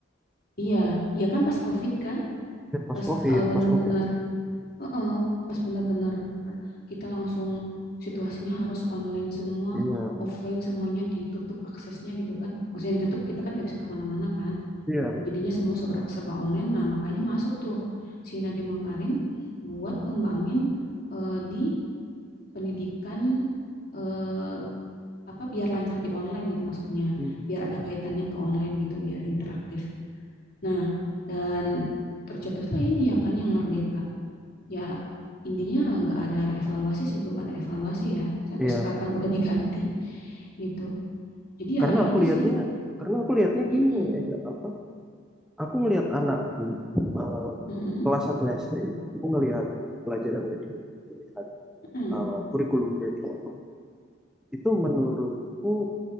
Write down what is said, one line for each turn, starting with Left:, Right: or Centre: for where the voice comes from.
Left: Iya, iya kan pas COVID kan,
Centre: Eh, Pas
Left: pas
Centre: COVID,
Left: eh, bener-bener,
Centre: pas COVID.
Left: eh, pas bener-bener kita langsung situasinya harus online semua,
Centre: Iya,
Left: offline semuanya ditutup aksesnya gitu kan. Maksudnya ditutup kita kan nggak bisa kemana-mana kan.
Centre: iya,
Left: Jadinya semua serba, serba online. Nah makanya masuk tuh si Nadiem Makarim buat ngembangin eh, di pendidikan eh, apa biar lancar di online gitu maksudnya,
Centre: hmm,
Left: biar ada kaitannya ke online gitu, biar interaktif. Nah, dan tercetuslah ini ya kan yang merdeka. Ya, intinya nggak ada evaluasi sih, belum ada evaluasi ya. Sampai
Centre: iya.
Left: sekarang udah diganti gitu. Jadi
Centre: Karena
Left: ya
Centre: aku
Left: itu
Centre: lihatnya,
Left: sih.
Centre: karena aku lihatnya
Left: Mm-mm,
Centre: gini aja apa? Aku ngelihat anakku eh,
Left: mm-mm,
Centre: kelas 1 SD, aku ngelihat pelajarannya dia, aku ngelihat
Left: mm-mm,
Centre: eh, kurikulumnya dia. Itu menurutku